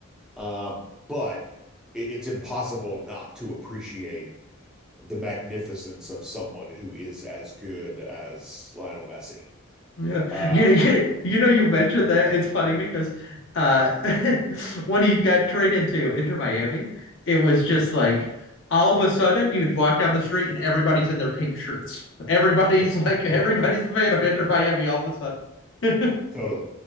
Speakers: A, in the centre; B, on the left (about 60°).
A: Um, but it, it's impossible not to appreciate the magnificence of someone who is as good as Lionel Messi.
B: <laughs> Yeah.
A: Uh,
B: yeah, yeah, you know, you mentioned that it's funny because uh, <laughs> when he got traded to Inter Miami, it was just like all of a sudden you'd walk down the street and everybody's in their pink shirts. Everybody's
A: yeah,
B: like everybody's
A: totally,
B: a fan of Inter Miami all of a sudden.
A: totally,